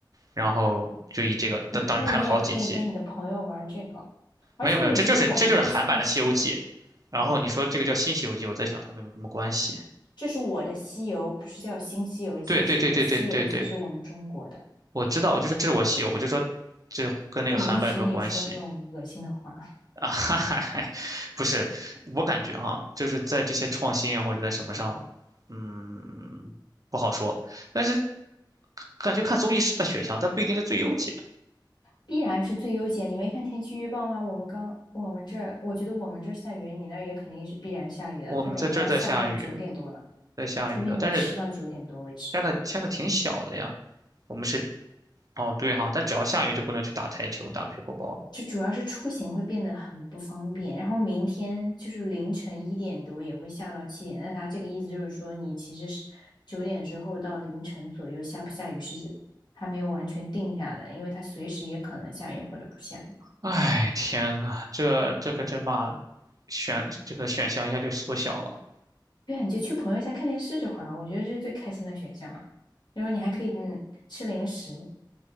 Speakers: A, on the right; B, on the left.
A: 然后就以这个，
B: 嗯，
A: 当当时拍了好几季。
B: 那你也可以跟你的朋友玩这个，而且我觉得我们这儿现在西，
A: 没有没有，这就是这就是韩版的《西游记》。然后你说这个叫新《西游记》，
B: 哦
A: 我在想他们有没有什么关系？
B: 这是我的《西游》，不是叫《新西游记》，
A: 对对对对对对对，
B: 谢谢，《西游记》是我们中国的。
A: 我知道，我就说这是我西游，我就说这跟那个韩版有什么关系？
B: 不允许你说这种恶心的话，
A: <laughs> 啊，哈哈，<laughs> 不是，我感觉哈、就是在这些创新啊或者在什么上，嗯，不好说。但是感觉看综艺是个选项，但不一定是最优解。
B: 必然是最优解。你没看天气预报吗？我们刚我们这儿，我觉得我们这儿下雨，你那儿也肯定是必然下雨的。
A: 我们在这儿在下雨，
B: 它等一下要下到九点多呢，
A: 在下雨的，
B: 除非你吃到九点多为止。
A: 但是下的下的挺小的呀。我们是哦，对哈、但只要下雨就不能去打台球、打配过包了。
B: 就主要是出行会变得很不方便，然后明天就是凌晨一点多也会下到七点。那它这个意思就是说，你其实是九点之后到凌晨左右下不下雨是还没有完全定下来，因为它随时也可能下雨或者不下雨。
A: 哎，天呐，这这可真把选这个选项一下就缩小了。
B: 对啊，你就去朋友家看电视就好了，我觉得这是最开心的选项了。然后你还可以嗯吃零食，